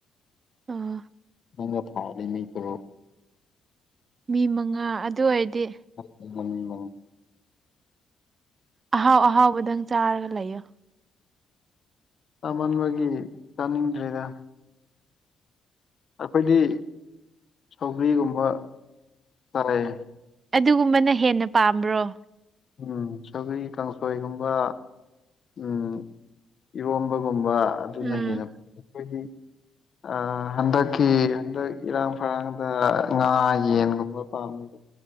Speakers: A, on the right (about 40°); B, on the left (about 50°).
A: ꯑꯣ
B: ꯅꯪꯒ ꯊꯥꯔꯗꯤ ꯃꯤ ꯇꯔꯨꯛ
A: ꯃꯤ ꯃꯉꯥ ꯑꯗꯨ ꯑꯣꯏꯔꯗꯤ
B: <unintelligible>
A: ꯑꯍꯥꯎ ꯑꯍꯥꯎꯕꯗꯪ ꯆꯥꯔꯒ ꯂꯩꯌꯣ
B: ꯆꯥꯃꯟꯕꯒꯤ ꯆꯥꯅꯤꯡꯗ꯭ꯔꯦꯗ ꯑꯩꯈꯣꯏꯗꯤ ꯁꯧꯒ꯭ꯔꯤꯒꯨꯝꯕ ꯆꯥꯏꯌꯦ
A: ꯑꯗꯨꯒꯨꯝꯕꯅ ꯍꯦꯟꯅ ꯄꯥꯝꯕ꯭ꯔꯣ
B: ꯎꯝ ꯁꯩꯒ꯭ꯔꯤ ꯀꯥꯡꯁꯣꯏꯒꯨꯝꯕ ꯎꯝ ꯏꯔꯣꯝꯕꯒꯨꯝꯕ ꯑꯗꯨꯅ
A: ꯎꯝ
B: ꯍꯦꯟꯅ ꯑꯩꯈꯣꯏꯗꯤ ꯑꯥ ꯍꯟꯗꯛꯀꯤ ꯍꯟꯗꯛ ꯏꯔꯥꯡ ꯐꯔꯥꯡꯗ ꯉꯥ ꯌꯦꯟꯒꯨꯝꯕ ꯄꯥꯝꯃꯕ